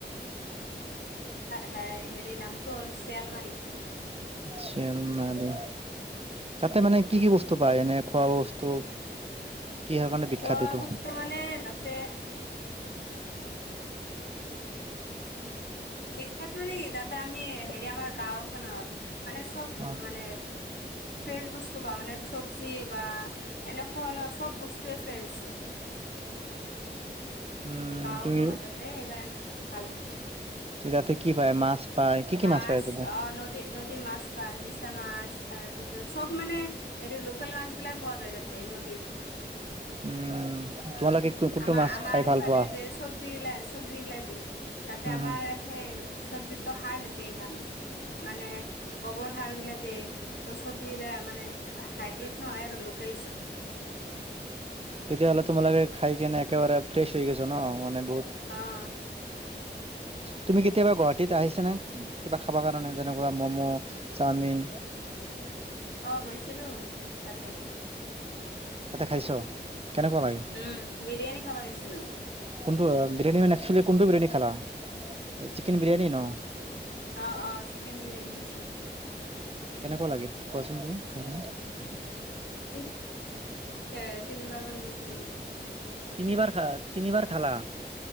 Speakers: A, on the left (about 75°); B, on the right (about 35°).
A: হে হেৰি নামটো হ'ল শিয়ালমাৰি
B: শিয়ালমাৰি তাতে মানে কি
A: উম।
B: কি বস্তু পায় এনে খোৱা বস্তু কিহৰ কাৰণে বিখ্যাত
A: খোৱা
B: এইটো
A: বস্তু মানে তাতে বিখ্যাত মানে কি তাতে আমি হেৰি আমাৰ গাওঁখনত মানে চব
B: অ
A: মানে ফ্ৰেচ বস্তু বা মানে চবজি বা এনেকুৱা খোৱা লোৱা চব বস্তুৱে ফ্ৰেছ
B: উম
A: গাঁও
B: তুমি
A: নহয় তাতে সেইকাৰণে ভাল
B: তাতে কি পায় মাছ পায় কি কি
A: মাছ
B: পায় তাতে
A: অ নদী নদীৰ মাছ পায় মিছা মাছ তাৰ পিছত চব মানে হেৰি লোকেল মাছ গিলা পোৱা যায় তাতে নদীৰ
B: উম তোমালোকে কোনটো
A: আমাৰ-আমাৰ
B: মাছ খাই ভাল
A: সিফালে
B: পোৱা
A: যে চবজি গিলা-চবজি গিলা তাতে
B: উম
A: আমাৰ
B: হম
A: সেই চবজিতো সাৰ নিদিয়ে ইমান মানে গোৱৰ সাৰ গিলা দে ত চবজি গিলা মানে হাইব্ৰীড নহয় আৰু লোক <inaudible>
B: তেতিয়াহ'লে তোমালাকে খাই কেনে একেবাৰে ফ্ৰেছ হৈ গৈছ ন মানে বহুত
A: আহ।
B: তুমি কেতিয়াবা গুৱাহাটীত আহিছা নে কিবা খাব কাৰণে যেনেকুৱা ম'ম' চাওমিন
A: অ, গৈছিলো তাতে
B: তাতে খাইছ? কেনেকুৱা লাগে
A: উম বিৰিয়ানি খাব--গৈছি
B: কোনটো বিৰিয়ানী মানে একচি কোনটো বিৰিয়ানী খালা? চিকেন বিৰিয়ানী ন?
A: অ অ চিকেন বিৰিয়ানী খাইছো
B: কেনেকুৱা লাগে কোৱাচোন তুমি খাই কেনে
A: সে তিনিবাৰ মান গৈছিলো
B: তিনিবাৰ খ তিনিবাৰ খালা